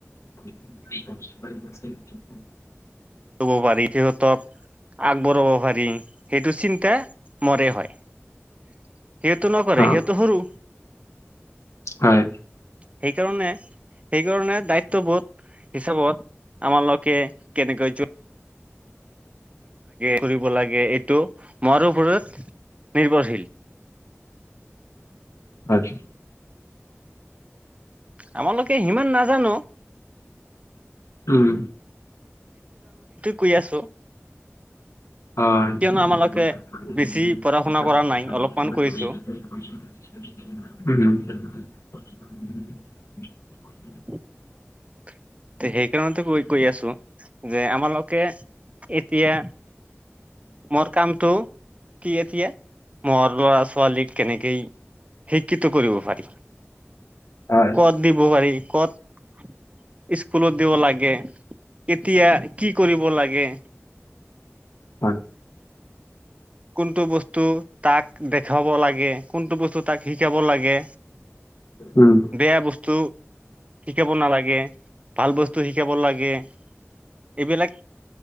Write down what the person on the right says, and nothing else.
ল'ব পাৰি সিহঁতক আগ পলাব পাৰি সেইটো চিন্তা মৰে হয়। সেইটো নকৰে,
সেইটো সৰু
সেইকাৰণে, সেইকাৰণে দায়িত্ব বোধ হিচাপত আমালোকে কেনেকৈ কৰিব লাগে, এইটো মোৰ ওপৰত নিৰ্ভৰশীল।
আমালোকে সিমান নাজানো।
কুই আছো।
কিয়নো আমালোকে বেছি পঢ়া শুনা কৰা নাই অলপমান কৰিছো
<inaudible> তে, সেইকাৰণতে কৈ, কৈ, আছো যে আমালোকে এতিয়া মোৰ কামটো কি এতিয়া মোৰ ল'ৰা, ছোৱালীক কেনেকেই শিক্ষিত কৰিব পাৰি।
কত দিব পাৰি কত স্কুলত দিব লাগে। এতিয়া কি কৰিব লাগে।
কোনটো বস্তু তাক দেখুৱাব লাগে, কোনটো বস্তু তাক শিকাব লাগে,
বেয়া বস্তু শিকাব নালাগে। ভাল বস্তু শিকাব লাগে। এইবিলাক